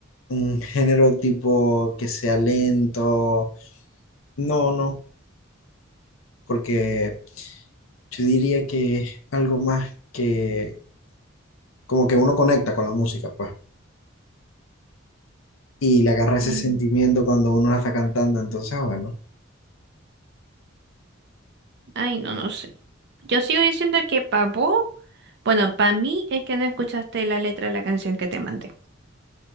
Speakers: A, on the left; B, on the right.
A: un género tipo que sea lento. No, no, porque yo diría que es algo más que como que uno conecta con la música, pues, y le agarra ese
B: mm,
A: sentimiento cuando uno la está cantando. Entonces, ah, bueno,
B: Ay, no, no sé. Yo sigo diciendo que para vos, bueno, para mí es que no escuchaste la letra de la canción que te mandé.